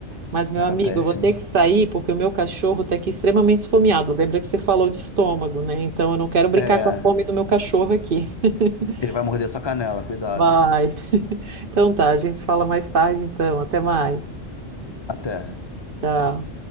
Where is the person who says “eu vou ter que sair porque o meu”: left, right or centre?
Right